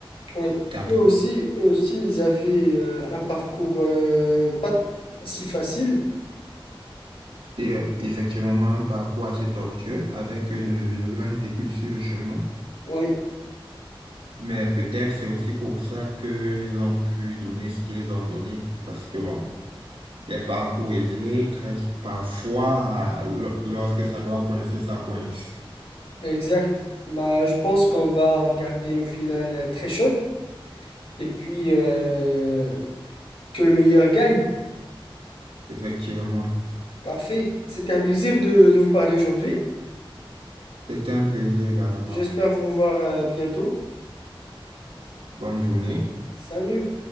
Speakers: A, on the left; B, on the right.
A: Oui,
B: Qu'après,
A: eux aussi, eux aussi, ils avaient euh, un parcours euh, pas si facile.
B: et euh, effectivement, un parcours assez tortueux avec euh, de, de grandes équipes sur le chemin.
A: Oui,
B: Mais peut-être c'est aussi pour ça qu'ils ont pu donner ce qu'ils ont donné. Parce que bon, les parcours aisés créent parfois, lo- lorsque ça doit coincer, ça coince.
A: exact. Bah, je pense qu'on va regarder une finale euh, très chaude et puis euh, que le meilleur gagne.
B: Effectivement.
A: Parfait. C'était un plaisir de, de vous parler aujourd'hui.
B: C'était un plaisir également.
A: J'espère vous revoir euh, bientôt.
B: Bonne journée.
A: Salut.